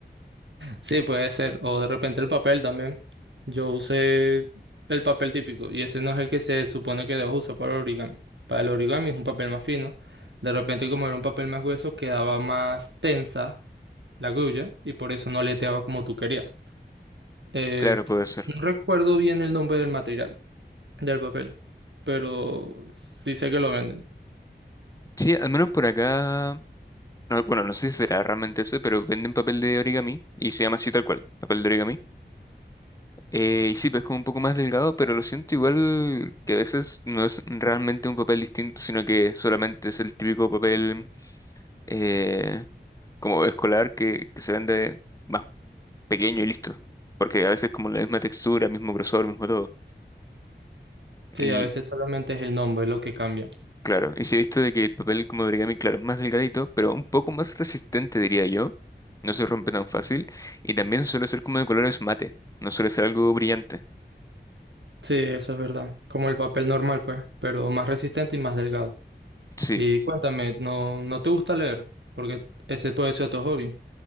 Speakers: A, on the right; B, on the left.
A: Sí, puede ser. O de repente el papel también. Yo usé el papel típico y ese no es el que se supone que debo usar para origami. Para el origami es un papel más fino. De repente, como era un papel más grueso, quedaba más tensa la grulla y por eso no aleteaba como tú querías. Eh,
B: Claro, puede ser.
A: no recuerdo bien el nombre del material, del papel, pero sí sé que lo venden.
B: Sí, al menos por acá. no, bueno, no sé si será realmente ese, pero venden papel de origami y se llama así tal cual, papel de origami. Eh, y sí, pues como un poco más delgado, pero lo siento igual que a veces no es realmente un papel distinto, sino que solamente es el típico papel eh, como escolar que, que se vende más pequeño y listo. Porque a veces como la misma textura, mismo grosor, mismo todo.
A: Sí,
B: Y
A: a veces solamente es el nombre lo que cambia.
B: claro, y sí he visto de que el papel como de origami, claro, es más delgadito, pero un poco más resistente, diría yo. No se rompe tan fácil. Y también suele ser como de colores mate, no suele ser algo brillante.
A: Sí, eso es verdad. Como el papel normal, pues, pero más resistente y más delgado.
B: Sí.
A: Y cuéntame, ¿no, no te gusta leer? Porque ese puede ser tu hobby.